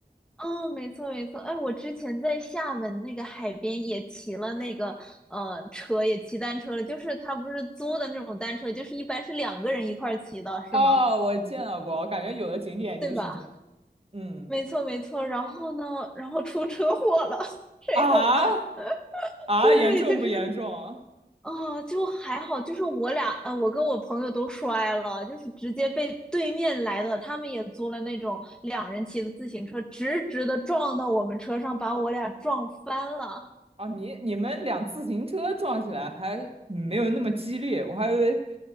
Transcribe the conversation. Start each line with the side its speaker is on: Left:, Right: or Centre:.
Centre: 哦，没错没错，哎，我之前在厦门那个海边也骑了那个呃车，也骑单车了，就是他不是租的那种单车，就是一般是两个人一块儿骑的，是吗？
Right: 哦，我见到过，我感觉有的景点就是这样。
Centre: 对吧？
Right: 嗯
Centre: 没错没错，然后呢，然后出车祸了，<laughs> 谁懂啊？
Right: 啊
Centre: <laughs>
Right: 啊，
Centre: 对，
Right: 严重不严重啊？
Centre: 就是啊、就还好，就是我俩呃，我跟我朋友都摔了，就是直接被对面来的，他们也租了那种两人骑的自行车，直直的撞到我们车上，把我俩撞翻了。
Right: 啊，你你们辆自行车撞起来还嗯没有那么激烈，我还以为